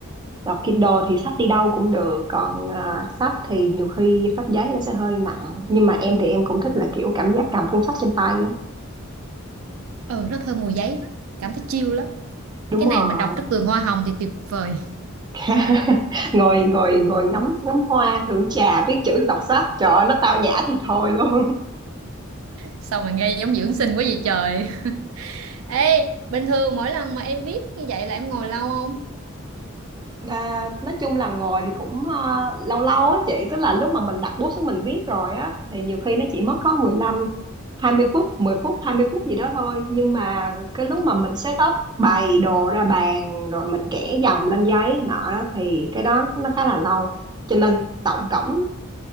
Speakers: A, on the right (about 20°); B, on the right (about 80°).
A: đọc Kindle thì sách đi đâu cũng được còn à, sách thì nhiều khi sách giấy nó sẽ hơi nặng nhưng mà em thì em cũng thích là kiểu cảm giác cầm cuốn sách trên tay á
B: ừ nó thơm mùi giấy lắm cảm thấy chill lắm
A: đúng
B: cái
A: rồi
B: này mà đọc trước vườn hoa hồng thì tuyệt vời
A: <laughs> ngồi ngồi ngồi ngắm ngắm hoa thưởng trà viết chữ đọc sách trời ơi, nó tao nhã thì thôi luôn
B: Sao mà nghe giống dưỡng sinh quá vậy trời Ê, bình thường mỗi lần mà em viết như vậy là em ngồi lâu không?
A: À, nói chung là ngồi thì cũng ờ, lâu lâu á chị tức là lúc mà mình đặt bút xuống mình viết rồi á thì nhiều khi nó chỉ mất có 15 20 phút 10 phút 20 phút gì đó thôi nhưng mà cái lúc mà mình set up bày đồ ra bàn rồi mình kẻ dòng lên giấy nọ đó thì cái đó nó khá là lâu cho nên tổng cộng